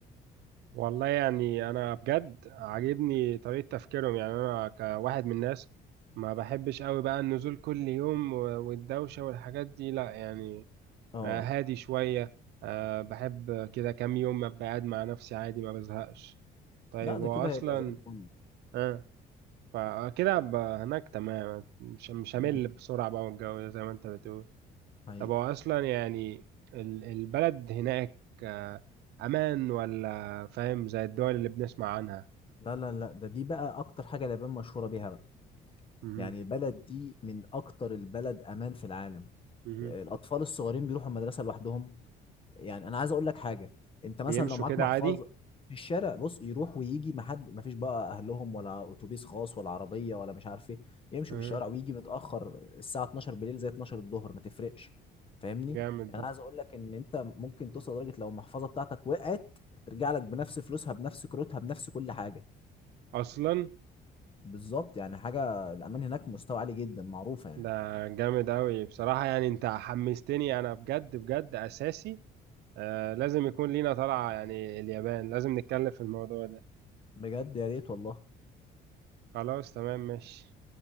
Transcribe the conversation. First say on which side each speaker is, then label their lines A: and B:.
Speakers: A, on the right; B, on the left.
A: والله يعني انا بجد عاجبني طريقة تفكيرهم يعني انا كواحد من الناس ما بحبش قوي بقى النزول كل يوم و- والدوشة والحاجات دي لا يعني
B: اه
A: آه، هادي شوية آه، بحب كده كام يوم أبقى قاعد مع نفسي عادي ما بزهقش طيب
B: لا ده
A: هو
B: كده
A: أصلا
B: هيبقى زي الفل
A: آه فكده أبقى هناك تمام مش مش همل
B: مم.
A: بسرعة بقى والجو ده زي ما أنت بتقول
B: هي
A: طب هو أصلا يعني ال- البلد هناك آه، أمان ولا فاهم زي الدول اللي بنسمع عنها
B: لا لا لا ده دي بقى أكتر حاجة اليابان مشهورة بيها بقى
A: مهم.
B: يعني البلد دي من أكتر البلد أمان في العالم
A: مهم.
B: الأطفال الصغيرين بيروحوا المدرسة لوحدهم يعني انا عايز اقول لك حاجه انت مثلا
A: بيمشوا
B: لو معاك
A: كده
B: محفظه
A: عادي
B: في الشارع بص يروح ويجي ما حد ما فيش بقى اهلهم ولا اتوبيس خاص ولا عربيه ولا مش عارف ايه يمشوا
A: مهم.
B: في الشارع ويجي متاخر الساعه 12 بالليل زي 12 الظهر ما تفرقش فاهمني
A: جامد
B: يعني
A: ده
B: انا عايز اقول لك ان انت ممكن توصل لدرجه لو المحفظه بتاعتك وقعت ترجع لك بنفس فلوسها بنفس كروتها بنفس كل حاجه
A: أصلا
B: بالظبط يعني حاجه الامان هناك مستوى عالي جدا معروفه يعني
A: ده جامد أوي بصراحة يعني أنت حمستني أنا بجد بجد أساسي آه لازم يكون لينا طلعة يعني اليابان لازم نتكلم في الموضوع ده
B: بجد يا ريت والله
A: خلاص تمام ماشي